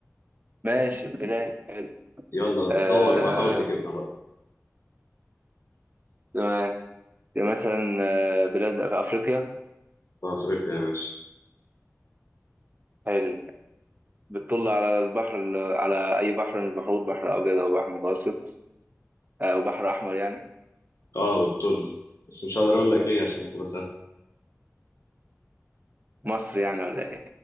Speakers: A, on the right; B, on the left.
A: ماشي بلاد حلو
B: يلا
A: آه...
B: دور بقى حاول تجيبها بقى
A: تمام مثلا آه، بلاد في افريقيا
B: في افريقيا يا باشا
A: حلو بتطل على البحر على أي بحر من البحور بحر أبيض أو بحر متوسط آه، أو بحر أحمر يعني
B: اه والتل بس مش هقدر اقول لك ايه عشان هتبقى سهله
A: مصر يعني ولا إيه؟